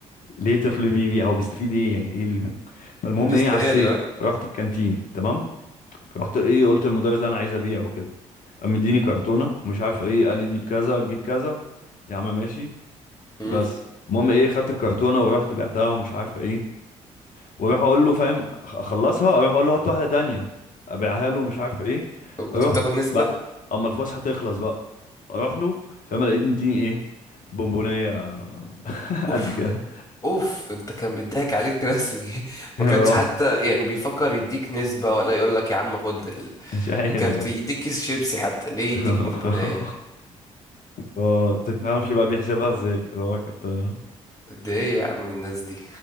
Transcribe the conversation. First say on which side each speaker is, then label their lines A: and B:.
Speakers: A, on the left; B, on the left.
A: ليه طفل بيبيع هو بيستفيد ايه يعني ايه اللي فالمهم
B: بيستغل
A: ايه عسيت
B: ها
A: رحت الكانتين تمام رحت ايه قلت للمدرس ده انا عايز ابيع وكده قام مديني كرتونه ومش عارف ايه قال لي دي بكذا تجيب كذا يا عم ماشي
B: مم.
A: بس المهم ايه خدت الكرتونه ورحت بعتها ومش عارف ايه واروح اقول له فاهم أخ- اخلصها اروح اقول له هات واحده تانية ابيعها له مش عارف ايه
B: طب كنت
A: اروح
B: بتاخد نسبه
A: بقى اما الفلوس هتخلص بقى اروح له فاهم الاقيه مديني ايه بونبونيه <laughs>
B: اوف
A: قد كده
B: اوف انت كان بيضحك عليك رسمي <laughs> ما
A: اللي
B: كانش
A: هو
B: حتى يعني بيفكر يديك نسبه ولا يقول لك يا عم خد
A: مش عارف
B: الكارت
A: بقى
B: يديك كيس شيبسي حتى ليه
A: <laughs>
B: يديك بونبونايه
A: ما تفهمش بقى بيحسبها ازاي اللي هو كابتن
B: قد ايه يا عم الناس دي